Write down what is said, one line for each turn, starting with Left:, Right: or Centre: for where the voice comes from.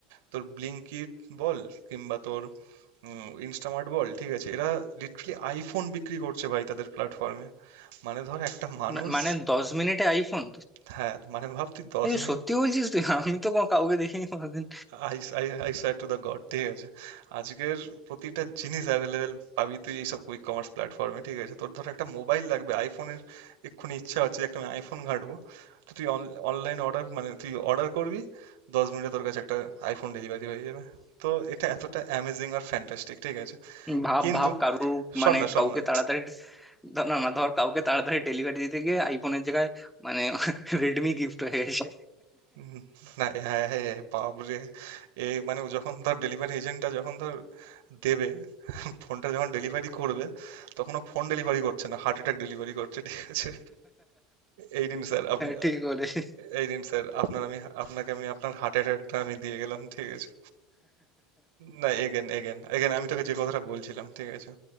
Right: তোর ব্লিঙ্কিট বল কিংবা তোর ইনস্টামার্ট বল ঠিক আছে এরা লিটারালি আইফোন বিক্রি করছে ভাই তাদের প্ল্যাটফর্মে মানে ধর একটা মানুষ
Centre: মা- মানে দশ মিনিটে আইফোন
Right: হ্যাঁ মানে ভাব তুই দশ
Centre: এই
Right: minute
Centre: সত্যি বলছিস তুই আমি তো কোনো কাউকে দেখিনি কোনোদিন
Right: I I I swear to the God ঠিক আছে আজকের প্রতিটা জিনিস অ্যাভেলেবেল পাবি তুই এইসব কুইক কমার্স প্ল্যাটফর্মে ঠিক আছে তোর ধর একটা মোবাইল লাগবে আইফোনের এক্ষুনি ইচ্ছা হচ্ছে যে একটা আমি আইফোন ঘাঁটবো তো তুই অনলাইন অর্ডার মানে তুই অর্ডার করবি দশ মিনিটে তোর কাছে একটা আইফোন ডেলিভারি হয়ে যাবে তো এটা এতটা অ্যামেজিং আর ফ্যান্টাস্টিক ঠিক আছে
Centre: ভাব
Right: কিন্তু
Centre: ভাব কারুর
Right: শোন
Centre: মানে
Right: না শোন
Centre: কাউকে
Right: না
Centre: তাড়াতাড়ি ধর- না না ধর কাউকে তাড়াতাড়ি ডেলিভারি দিতে গিয়ে আইফোনের জায়গায় মানে রেডমি গিফট হয়ে গেছে
Right: উম, না হ্যাঁ হ্যাঁ বাবরে এ মানে ও যখন ধর ডেলিভারি এজেন্টটা যখন ধর দেবে ফোনটা যখন ডেলিভারি করবে তখন ও ফোন ডেলিভারি করছে না হার্ট অ্যাটাক ডেলিভারি করছে ঠিক আছে এই নিন স্যার আপনি
Centre: ঠিক বলেছিস
Right: এই নিন স্যার আপনার আমি আপনাকে আমি আপনার হার্ট অ্যাটাকটা আমি দিয়ে গেলাম ঠিক আছে না এগেন এগেন এগেন আমি তোকে যে কথাটা বলছিলাম ঠিক আছে